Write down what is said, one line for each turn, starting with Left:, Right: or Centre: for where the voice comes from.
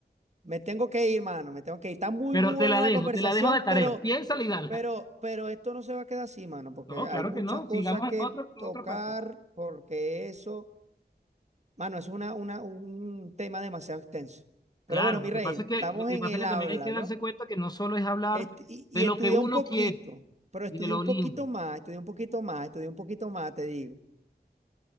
Right: Me tengo que ir, mano, me tengo que ir. Está muy
Left: Pero
Right: buena
Left: te la
Right: la
Left: dejo,
Right: conversación,
Left: te la dejo de tarea.
Right: pero...
Left: Piénsala y dala.
Right: Pero, pero esto no se va a quedar así, mano, porque
Left: No,
Right: hay
Left: claro
Right: muchas
Left: que no.
Right: cosas
Left: Sigamos
Right: que
Left: en otra, en
Right: tocar,
Left: otra parte.
Right: porque eso, mano, eso es una, una, un tema demasiado extenso. Pero
Left: Claro,
Right: bueno,
Left: lo
Right: mi rey,
Left: que pasa es que,
Right: estamos
Left: lo que
Right: en
Left: pasa
Right: el
Left: es que
Right: habla,
Left: también hay que darse
Right: ¿yo?
Left: cuenta que no solo es hablar
Right: Est- y, y
Left: de lo
Right: estudié
Left: que uno
Right: un poquito,
Left: quiere
Right: pero estudié
Left: y de lo
Right: un poquito
Left: lindo.
Right: más, estudié un poquito más, estudié un poquito más, te digo.